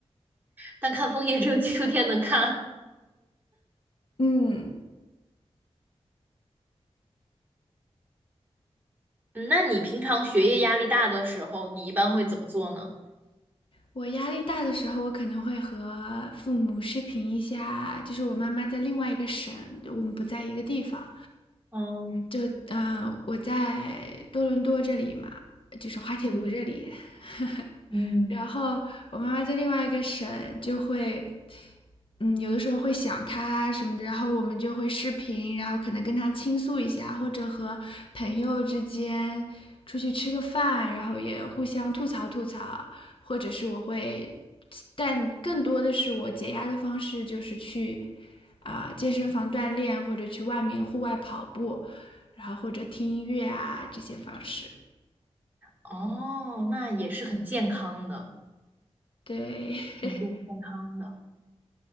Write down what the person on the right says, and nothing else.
但看枫叶只有秋天能看。
嗯，那你平常学业压力大的时候，你一般会怎么做呢？
嗯
嗯
嗯，
哦，那也是很健康的，
很健康的。